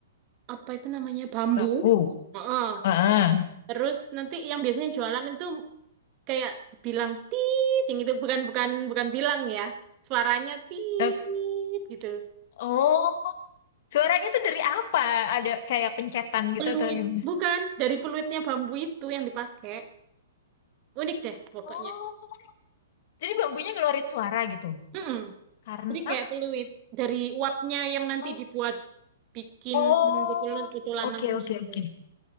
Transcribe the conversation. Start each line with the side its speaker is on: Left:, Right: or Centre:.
Right: apa itu namanya bambu.
Left: Baku.
Right: Oh
Left: Ah, ah.
Right: Terus nanti yang biasanya jualan
Left: Terus?
Right: itu kayak bilang tiit, itu bukan bukan bukan bilang ya, suaranya tiit
Left: Tapi-
Right: gitu.
Left: Oh. Suaranya tuh dari apa? Ada kayak pencetan gitu
Right: Peluit,
Left: atau gimana?
Right: bukan dari peluitnya bambu itu yang dipakai. Unik deh pokoknya.
Left: Oh, jadi bambunya ngeluarin suara gitu.
Right: Mm-mm.
Left: Karena
Right: Jadi kayak peluit dari uapnya yang nanti
Left: oh,
Right: dibuat bikin
Left: oh,
Right: betul-betul lanang
Left: oke oke
Right: itu.
Left: oke.